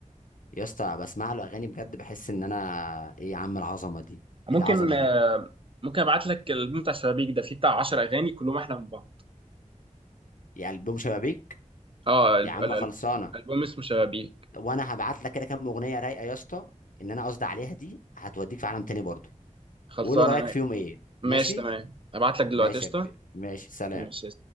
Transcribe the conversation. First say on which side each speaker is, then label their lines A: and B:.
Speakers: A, on the left (about 80°); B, on the right (about 40°).
A: يا اسطى بسمع له اغاني بجد بحس ان انا ايه يا عم العظمه دي
B: ممكن
A: ايه العظمه
B: آه،
A: دي
B: ممكن ابعت لك الالبوم بتاع شبابيك ده فيه بتاع 10 اغاني كلهم احلى من بعض
A: يعني البوم شبابيك
B: اه الب-
A: يا عم
B: الالب-
A: خلصانه
B: الالبوم اسمه شبابيك
A: وانا هبعت لك كده كام اغنيه رايقه يا اسطى ان انا قصدي عليها دي هتوديك في عالم تاني برضه
B: خلصان
A: وقول لي رايك
B: انا
A: فيهم ايه
B: ماشي
A: ماشي
B: تمام ابعت لك دلوقتي
A: ماشي
B: قشطه
A: يا كبير ماشي سلام
B: ماشي